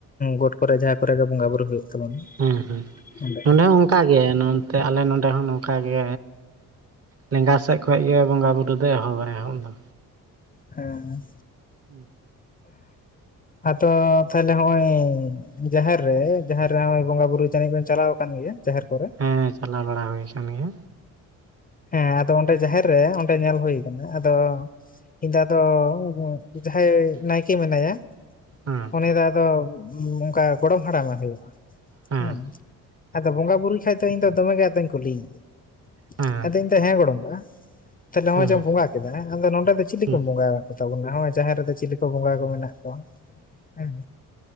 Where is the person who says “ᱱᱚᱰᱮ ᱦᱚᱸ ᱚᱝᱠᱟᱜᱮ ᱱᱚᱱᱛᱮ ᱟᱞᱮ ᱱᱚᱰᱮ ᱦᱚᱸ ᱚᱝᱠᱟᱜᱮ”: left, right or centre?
Right